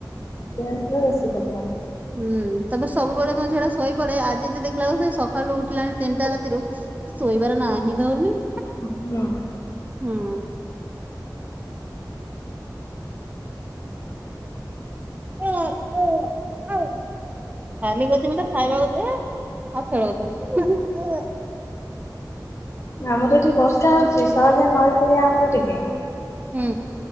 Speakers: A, on the left; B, on the right.
A: <unintelligible> ବେଶୀ କପଡ଼ା
B: ହୁଁ ତାର ତ ସବୁବେଳେ ମୋ ଝୁଅଟା ଶୋଇପଡେ ଆଜି ଯାଇ ଦେଖିଲା ବେଳୁ ସେ ସକାଳୁ ଉଠିଲାଣି ତିନିଟା ରାତିରୁ ଶୋଇବାର ନା ହିଁ ଧରୁନି।
A: ଅ ହ
B: ହୁଁ <unintelligible> ଖାଲି କହୁଛି ମତେ ଖାଇବାକୁ ଦେ ଆଉ ଖେଳଉ ଥା।
A: ଆମର ଏଠିକି ବର୍ଷା ହଉଛି ଶହେଯେ ନଈ କୂଳିଆ ଆମର ଟିକେ।
B: ହୁଁ।